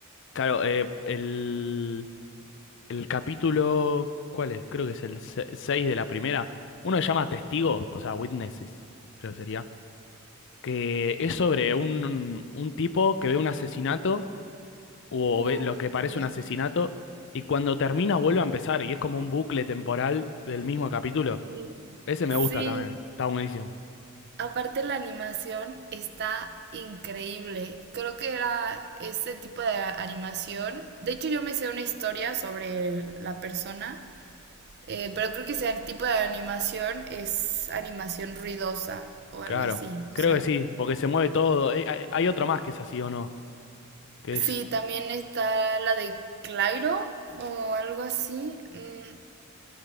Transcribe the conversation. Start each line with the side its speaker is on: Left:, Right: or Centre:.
Left: Claro, eh, el, el capítulo, ¿cuál es? Creo que es el 6 de la primera. Uno se llama Testigo, o sea, Witnesses, creo que sería. Que es sobre un, un tipo que ve un asesinato, o
Right: Uy,
Left: ve lo que parece un asesinato, y cuando termina vuelve a empezar, y es como un bucle temporal del mismo capítulo.
Right: sí.
Left: Ese
Right: Sí.
Left: me gusta también, está buenísimo.
Right: Aparte la animación está increíble. Creo que era ese tipo de animación. De hecho, yo me sé una historia sobre la persona, eh, pero creo que ese tipo de animación es animación ruidosa o algo
Left: Claro,
Right: así.
Left: creo
Right: O sea,
Left: que sí, porque se mueve todo. Eh, Hay, hay otro más que es así o no, que
Right: sí,
Left: es
Right: también está la de Clairo o algo así. mm,